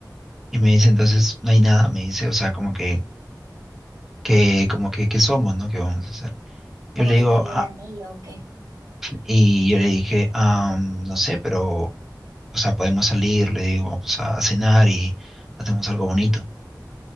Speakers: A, in the centre; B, on the right.
A: Y me dice, entonces no hay nada, me dice, o sea, como que, que como que, ¿qué somos, no? ¿Qué vamos a hacer?
B: Como
A: Yo le
B: que
A: digo,
B: quería
A: ah,
B: el anillo, ok.
A: y yo le dije, ah, no sé, pero, o sea, podemos salir, le digo, vamos a, a cenar y hacemos algo bonito.